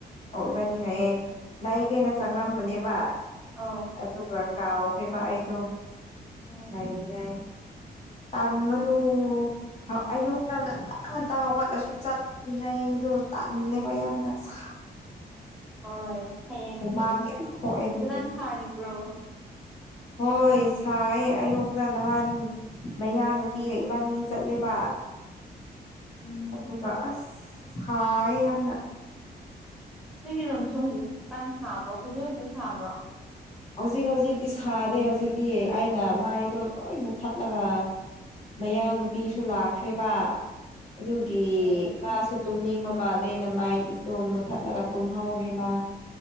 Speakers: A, on the left (about 40°); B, in the centre.
A: ꯑꯣ ꯏꯕꯥꯅꯤ ꯍꯥꯏꯌꯦ ꯂꯩꯒꯦꯅ ꯆꯪꯂꯝꯕꯅꯦꯕ
B: ꯑꯧ
A: ꯑꯗꯨꯒ ꯀꯥꯎꯈ꯭ꯔ‌ꯦꯕ ꯑꯩꯗꯣ
B: ꯎꯝ
A: ꯂꯩꯅꯤꯡꯉꯥꯏ ꯇꯟꯕꯗꯨ ꯍꯥ ꯑꯌꯨꯛꯇ ꯉꯟꯇ ꯉꯟꯇ ꯍꯧꯒꯠꯂꯁꯨ ꯆꯠ ꯂꯤꯉꯩꯗꯣ ꯇꯜꯂꯦꯕ ꯌꯥꯝꯅ ꯁꯥ
B: ꯍꯣꯏ ꯍꯌꯦꯡ
A: ꯍꯨꯃꯥꯡ ꯌꯥꯝ ꯊꯣꯛꯑꯦ
B: ꯍꯧꯖꯤꯛꯀꯥꯟ
A: ꯑꯗꯨꯒꯤ
B: ꯁꯥꯔꯤꯕ꯭ꯔꯣ
A: ꯍꯣꯏ ꯁꯥꯏꯌꯦ ꯑꯌꯨꯛꯇ ꯅꯍꯥꯟ ꯃꯌꯥꯡ ꯅꯨꯄꯤꯒ ꯏꯕꯟꯅꯤ ꯆꯠꯂꯦꯕ
B: ꯎꯝ
A: ꯑꯗꯨꯒ ꯑꯁ ꯁꯥꯏꯌꯦ ꯌꯥꯝꯅ
B: ꯅꯣꯏꯒꯤ ꯔꯨꯝꯁꯨ ꯍꯧꯖꯤꯛ ꯀꯥꯟ ꯁꯥꯕ꯭ꯔꯣ ꯍꯧꯖꯤꯛ ꯍꯧꯖꯤꯛ ꯁꯥꯕ꯭ꯔꯣ
A: ꯍꯧꯖꯤꯛ ꯍꯧꯖꯤꯛꯇꯤ ꯁꯥꯗꯦ ꯍꯧꯖꯤꯛꯇꯤ ꯑꯩꯅ ꯃꯩꯗꯣ ꯂꯣꯏ ꯃꯨꯊꯠꯂꯒ ꯃꯌꯥꯡ ꯅꯨꯄꯤꯁꯨ ꯂꯥꯛꯈ꯭ꯔꯦꯕ ꯑꯗꯨꯒꯤ
B: ꯑꯣ
A: ꯃꯥꯁꯨ ꯇꯨꯝꯅꯤꯡꯕ ꯃꯥꯜꯂꯦꯅ ꯃꯩꯗꯣ ꯃꯨꯊꯠꯂꯒ ꯇꯨꯝꯍꯧꯔꯦ ꯃꯥ